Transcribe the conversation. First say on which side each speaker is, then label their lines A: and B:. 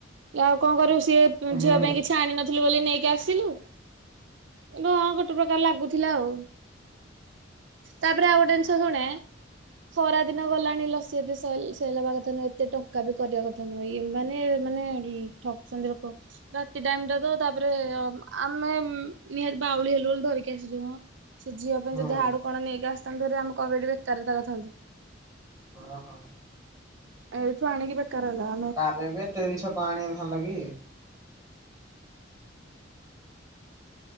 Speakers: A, on the right; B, on the right.
A: ଆଉ କଣ କରିବୁ ସିଏ
B: ହୁଁ
A: ଝିଅ ପାଇଁ କିଛି ଆଣିନ। ଥିଲୁ ବୋଲି ନେଇକି ଆସିଲୁ ଏଇଟା ଗୋଟେ ପ୍ରକାର ଲାଗୁଥିଲା ଆଉ। ତାପରେ ଆଉଗୋଟେ ଜିନିଷ ଶୁଣେ ସରା ଦିନ ଗଲାଣି ଲସି ଏତେ ସେ ସେଲ୍ ହବା କଥା ନୁହେଁ ଏତେ ଟଙ୍କା ବି କରିବା କଥା ନୁହେ ଏ ମାନେ ମାନେ ଠକୁଛନ୍ତି ଲୋକ। ରାତି ଟାଇମ ଟା ତ ତାପରେ ଆମେ ନିହାତି ବାଉଳି ହେଲୁ ବୋଲି ଧରିକି ଆସିଲୁ ମ। ସେ ଝିଅ ପାଇଁ
B: ହୁଁ
A: ଯଦି ହାଡୁ କଣ ନେଇକି ଆସଥାନ୍ତୁ ହେରୀ ଆମେ କ ପାଇ ବେକାରୀତା କରିଥାନ୍ତୁ।
B: ଉହଁ।
A: ଏଇଠୁ ଆଣିକି ବେକାରହେଲା।
B: ତା ପାଇଁ ବି ଏତେ ଜିନିଷ କ ଆଣିଥାନ୍ତ କି?